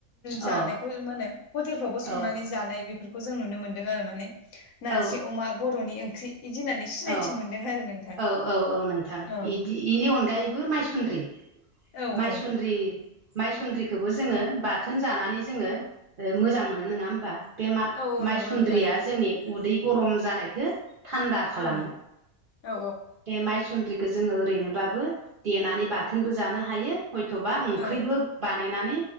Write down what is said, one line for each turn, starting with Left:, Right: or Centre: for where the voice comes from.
Left: जानायखौ
Right: अ
Left: मा होनो हटेलफ्रावबो संनानै
Right: औ
Left: जानाय बेफोरखौ जों नुनो मोनदों आरो माने। नारजि
Right: औ
Left: अमा बर'नि ओंख्रि इदि होननानै सिनायथि
Right: औ
Left: मोनदों आरो नोंथां
Right: औ औ औ नोंथां
Left: औ
Right: बिदि बेनि अनगायैबो माइसुन्द्रि
Left: औ
Right: माइसन्द्रि-'
Left: औ
Right: माइसुन्द्रिखौबो जोंङो बाथोन जानानै जोंङो मोजां मोनो नंङा होमबा। बे मा
Left: औ औ
Right: माइसुन्द्रिया
Left: नंगौ नोंथां
Right: जोंनि उदै गरम जानायखौ थान्दा खालामो।
Left: ओं औ
Right: बे माइसुन्द्रिखौ जोंङो ओरैनोबाबो देनानै बाथोनबो जानो हायो। हयथ'बा ओंख्रिबो
Left: औ
Right: बानायनानै